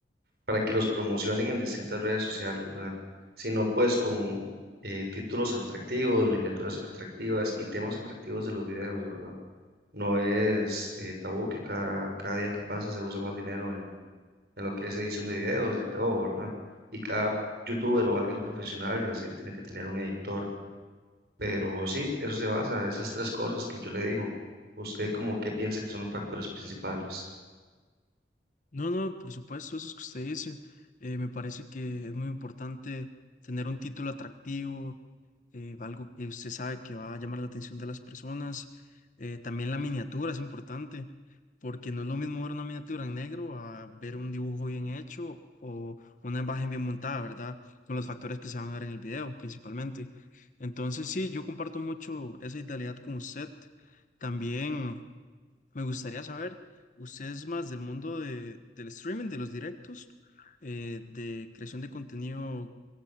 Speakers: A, on the right; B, on the left.
A: para que los promocionen en distintas redes sociales, ¿verdad? Sino pues con eh, títulos atractivos, miniaturas atractivas y temas atractivos de los videos, ¿verdad? No es eh, tabú que cada, cada día que pasa se usa más dinero en en lo que es edición de videos y todo, ¿verdad? Y cada youtuber o alguien profesional así tiene que tener un editor. Pero sí, eso se basa, esas tres cosas que yo le digo. ¿Usted como qué piensa que son los factores principales?
B: No, no, por supuesto, eso es que usted dice. eh, me parece que es muy importante tener un título atractivo, eh, algo que usted sabe que va a llamar la atención de las personas. Eh, también la miniatura es importante, porque no es lo mismo ver una miniatura en negro a ver un dibujo bien hecho o una imagen bien montada, ¿verdad? Son los factores que se van a ver en el video principalmente. Entonces, sí, yo comparto mucho esa idealidad con usted. También. Me gustaría saber, ¿usted es más del mundo de, del streaming, de los directos, eh, de creación de contenido